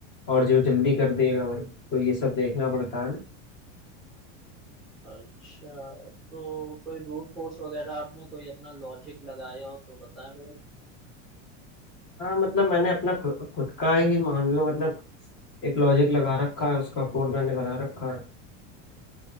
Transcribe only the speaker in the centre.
अच्छा तो कोई ब्रूट फोर्स वगैरह आपने कोई अपना लॉजिक लगाया हो तो बताएं भाई